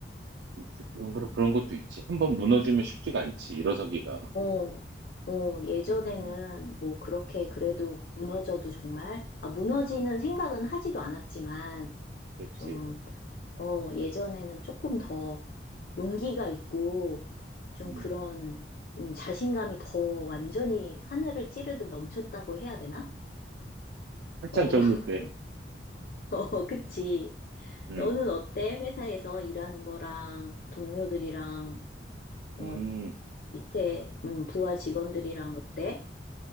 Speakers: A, on the right; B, on the left.
A: 렇지 그런, 그런 그런 것도 있지. 한 번 무너지면 쉽지가
B: 어,
A: 않지, 일어서기가.
B: 어, 어, 예전에는
A: 음,
B: 뭐 그렇게
A: 음,
B: 그래도 무너져도 정말, 아, 무너지는 생각은 하지도 않았지만,
A: 그렇지.
B: 좀 어, 예전에는 조금 더 용기가 있고 좀
A: 음,
B: 그런 음, 자신감이 더 완전히 하늘을 찌르듯 넘쳤다고 해야 되나?
A: 한참
B: 어,
A: 젊을
B: <laughs>
A: 때.
B: 어, 그치.
A: 음,
B: 너는 어때? 회사에서 일하는 거랑 동료들이랑 어,
A: 음,
B: 밑에 음, 부하 직원들이랑 어때?